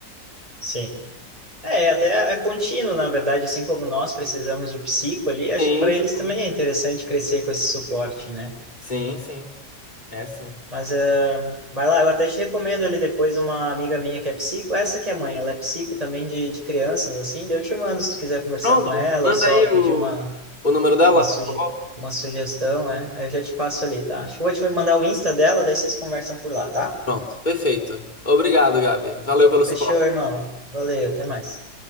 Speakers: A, on the right (about 20°); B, on the left (about 25°).
A: Sim. É, até é contínuo, na verdade, assim como nós precisamos de psico ali, acho
B: Sim,
A: que para
B: sim.
A: eles também é interessante crescer com esse suporte, né?
B: Sim, sim. É sim.
A: Mas é, vai lá, eu até te recomendo ali depois uma amiga minha que é psico, essa que é mãe, ela é psico também de, de crianças, assim, daí eu te mando se tu quiser conversar
B: Pronto,
A: com ela
B: manda
A: ou só
B: aí
A: pedir
B: o,
A: uma,
B: O número dela?
A: uma, suge,
B: por favor.
A: uma sugestão, é, aí eu já te passo ali, tá? Acho que eu vou te mandar o Insta dela, daí vocês conversam por lá, tá?
B: Pronto, perfeito. Obrigado, Gabi. Valeu pelo suporte.
A: Fechou, irmão. Valeu, até mais.